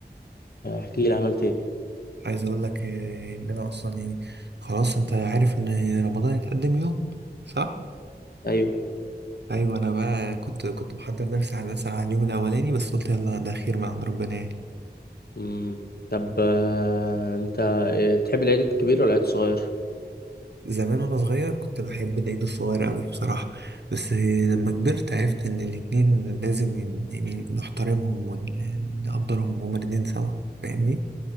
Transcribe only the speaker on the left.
احكي لي عملت ايه
ايوه
امم طب آه، انت إيه، تحب العيد الكبير ولا العيد الصغير